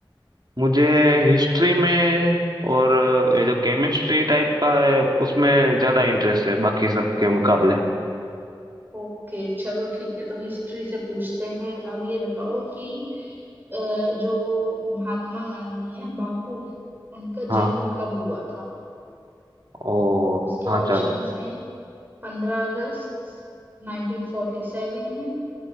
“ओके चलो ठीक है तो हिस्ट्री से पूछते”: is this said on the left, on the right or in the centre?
Right